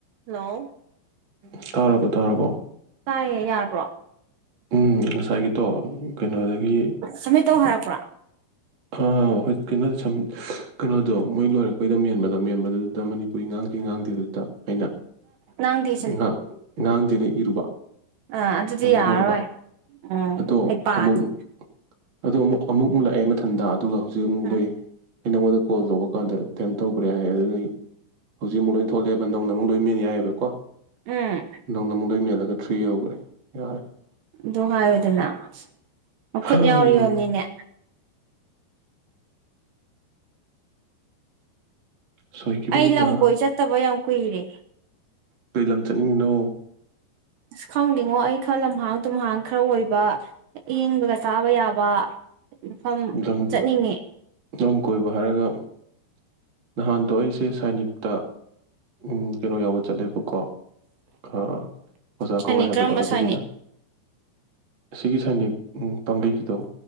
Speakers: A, on the right; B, on the right.
A: ꯍꯜꯂꯣ
B: ꯇꯥꯇꯇꯇꯇ ꯇꯥꯔꯕꯣ ꯇꯥꯔꯕꯣ
A: ꯇꯥꯏꯌꯦ ꯌꯥꯔꯕꯣ
B: ꯎꯨꯝ ꯉꯁꯥꯏꯒꯤꯗꯣ ꯀꯩꯅꯣꯗꯒꯤ
A: ꯁꯝꯃꯤꯠ ꯇꯧ ꯍꯥꯏꯔꯛꯄ꯭ꯔꯣ
B: ꯈ ꯍꯣꯏ ꯀꯩꯅꯣꯗ ꯁꯃꯤꯗ ꯀꯩꯅꯣꯗꯣ ꯃꯣꯏ ꯂꯣꯏꯔꯛꯄꯩꯗ ꯃꯦꯟꯕ ꯃꯦꯟꯕꯗꯨꯗ ꯃꯅꯤ ꯀꯨꯏ ꯉꯥꯡꯒꯤ ꯉꯥꯡꯗꯦ ꯑꯗꯨꯗ ꯑꯩꯅ
A: ꯅꯪꯗꯤ
B: ꯉ ꯉꯥꯡꯗꯤ ꯏꯔꯨꯕ
A: ꯑ ꯑꯗꯨꯗꯤ
B: ꯅꯝꯊꯣꯔꯕ
A: ꯌꯥꯔꯔꯣꯏ ꯎꯨꯝ
B: ꯑꯗꯣ
A: ꯍꯩꯄꯥꯗꯤ
B: ꯑꯃꯨꯛ ꯑꯗꯣ ꯑꯃꯨꯛ ꯑꯃꯨꯛ ꯂꯥꯛꯑꯦ ꯃꯊꯟꯗ ꯑꯗꯨꯒ ꯍꯧꯖꯤꯛ ꯑꯃꯨꯛ
A: ꯎꯝ
B: ꯂꯨꯏ ꯑꯩ ꯅꯉꯣꯟꯗ ꯀꯣꯜ ꯇꯨꯕ ꯀꯥꯟꯗ ꯀꯌꯤꯝ ꯇꯧꯈ꯭ꯔꯦ ꯍꯥꯏ ꯑꯗꯨꯅꯗ ꯍꯧꯖꯤꯛꯃꯨꯛ ꯂꯣꯏꯅ ꯊꯣꯛꯂꯛꯑꯦꯕ ꯅꯧꯅ ꯑꯃꯨꯛ ꯂꯣꯏ ꯃꯦꯟ ꯌꯥꯏꯑꯕ ꯀꯣ
A: ꯎꯝ
B: ꯅꯧꯅ ꯃꯨꯛ ꯂꯣꯏ ꯃꯦꯜꯂꯨ ꯗꯒ ꯊ꯭ꯔꯤ ꯌꯧꯒ꯭ꯔꯦ ꯌꯥꯔꯦ
A: ꯑꯗꯣ ꯍꯥꯏꯌꯨꯗꯅ ꯃꯈꯨꯠ
B: ꯍꯝ
A: ꯌꯥꯎꯔꯤ ꯑꯣꯏꯔꯝꯅꯤꯅꯦ
B: ꯁꯣꯏꯈꯤꯕꯅꯤꯗ
A: ꯑꯩ ꯂꯝ-ꯀꯣꯏ ꯆꯠꯇꯕ ꯌꯥꯝ ꯀꯨꯏꯔꯦ
B: ꯀꯔꯤ ꯂꯝ ꯆꯠꯅꯤꯡꯉꯤꯅꯣ
A: ꯑꯁ ꯈꯪꯗꯦꯉꯣ ꯑꯩ ꯈꯥ ꯂꯝꯍꯥꯡ-ꯇꯨꯝꯍꯥꯡ ꯈꯔ ꯑꯣꯏꯕ ꯑꯥꯏꯡꯕꯒ ꯆꯥꯕ ꯌꯥꯕ ꯃꯐꯝ
B: ꯂꯝ
A: ꯆꯠꯅꯤꯡꯉꯦ-
B: ꯂꯝ ꯀꯣꯏꯕ ꯍꯥꯏꯔꯒ ꯅꯍꯥꯟꯗꯣ ꯑꯩꯁꯦ ꯁꯥꯏꯅꯤꯛꯇ ꯎꯨꯝ ꯀꯩꯅꯣ ꯌꯥꯎꯕ ꯆꯠꯂꯦꯕꯀꯣ ꯈ ꯑꯣꯖꯥ
A: ꯁꯥꯏꯅꯤꯛ
B: ꯀꯧꯋꯦ ꯍꯥꯏꯕꯗꯣ
A: ꯀꯔꯝꯕ
B: ꯑꯗꯨꯒꯤꯗ
A: ꯁꯥꯏꯅꯤꯛ
B: ꯑꯁꯤꯒꯤ ꯁꯥꯏꯅꯤꯛ ꯄꯥꯡꯒꯩꯒꯤꯗꯣ